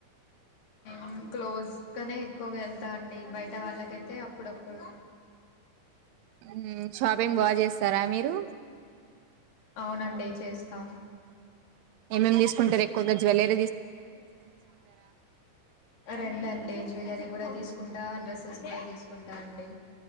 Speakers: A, on the left; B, on the right.
A: ఉమ్ క్లోజ్గనే ఎక్కువగా వెళ్ ళ్తా అండి బయట వాళ్ళకైతే అప్పుడప్పుడు
B: మ్మ్ షాపింగ్ బాగా చేస్తారా మీరు
A: అవునండి చేస్తా
B: ఏమేమి తీసుకుంటరు ఎక్కువగా జువలరీ
A: రెండుఅండి జ్యువెలరీ కూడా తీసుకుంటా డ్రెస్ స్సెస్ గుడా తీసుకుంటాండి